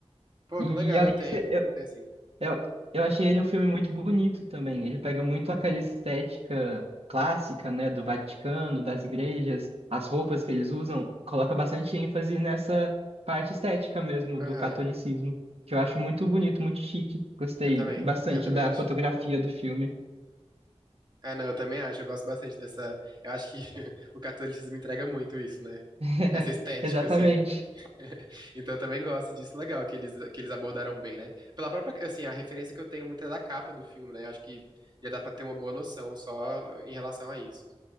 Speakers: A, on the right; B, on the right.
A: Pô,
B: E
A: que legal,
B: além
A: eu tenho.
B: disso, eu,
A: Eu tenho sim.
B: eu, eu achei ele um filme muito bonito também. Ele pega muito aquela estética clássica, né, do Vaticano, das igrejas, as roupas que eles usam, coloca bastante ênfase nessa parte estética mesmo
A: Aham.
B: do catolicismo, que eu acho muito bonito, muito chique. Gostei
A: Eu também.
B: bastante
A: Eu também
B: da
A: acho.
B: fotografia do filme.
A: Ah, não, eu também acho. Eu gosto bastante dessa. Eu acho que <laughs> o catolicismo entrega muito isso, né?
B: <laughs>
A: Essa estética,
B: Exatamente.
A: assim. <laughs> Então eu também gosto disso. Legal que eles, que eles abordaram bem, né? Pela própria. Assim, a referência que eu tenho muito é da capa do filme, né? Eu acho que já dá pra ter uma boa noção só em relação a isso.